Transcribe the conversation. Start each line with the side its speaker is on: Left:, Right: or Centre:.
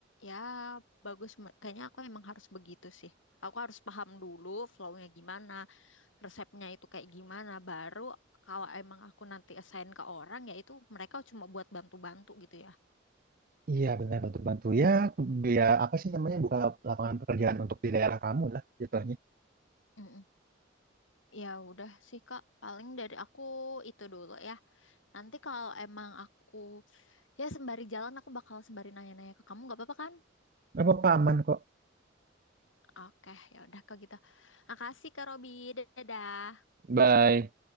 Left: ya bagus. me- Kayaknya aku emang harus begitu sih. Aku harus paham dulu flow-nya gimana, resepnya itu kayak gimana. Baru kalau emang aku nanti assign ke orang ya itu mereka cuma buat bantu-bantu gitu ya.
Right: Iya benar bantu-bantu ya dia apa sih namanya buka lapangan pekerjaan untuk di daerah kamu lah jatuhnya.
Left: Mm-mm. Ya udah sih Kak, paling dari aku itu dulu ya. Nanti kalau emang aku ya sembari jalan aku bakal sembari nanya-nanya ke kamu nggak apa-apa kan?
Right: Apa apa aman kok.
Left: Oke, ya udah Kak gitu. Makasih Kak Robi. Dadah.
Right: Bye.